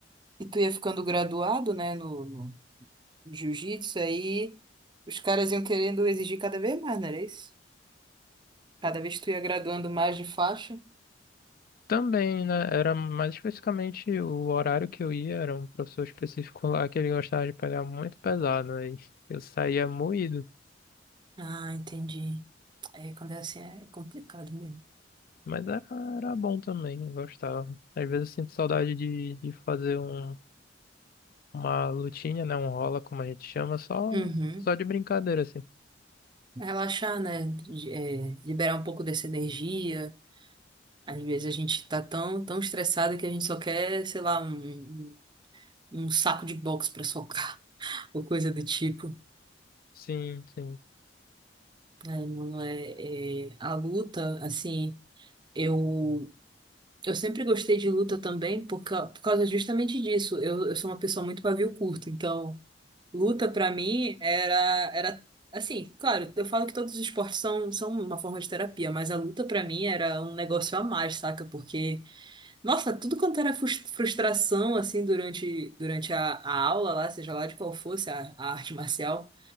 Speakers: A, on the right (about 25°); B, on the left (about 50°).
A: E tu ia ficando graduado, né, no, no jiu-jitsu, aí os caras iam querendo exigir cada vez mais, não era isso? Cada vez que tu ia graduando mais de faixa.
B: Também, né? Era mais especificamente o horário que eu ia, era um professor específico lá que ele gostava de pegar muito pesado, aí eu saía moído.
A: Ah, entendi. É, quando é assim é complicado mesmo.
B: Mas era, era bom também, eu gostava. Às vezes eu sinto saudade de, de fazer um, uma lutinha, né? Um rola, como a gente chama, só,
A: Uhum.
B: só de brincadeira, assim.
A: Relaxar, né? De- é, liberar um pouco dessa energia. Às vezes a gente tá tão, tão estressado que a gente só quer, sei lá, um, um um saco de boxe pra socar, <laughs> ou coisa do tipo.
B: Sim, sim.
A: Aí, mano, é, é, a luta, assim, eu, eu sempre gostei de luta também por, ca- por causa justamente disso. Eu, eu sou uma pessoa muito pavio curto, então. Luta pra mim era era assim, claro, eu falo que todos os esportes são são uma forma de terapia, mas a luta pra mim era um negócio a mais, saca? Porque nossa, tudo quanto era frus- frustração assim durante durante a, a aula lá, seja lá de qual fosse a, a arte marcial,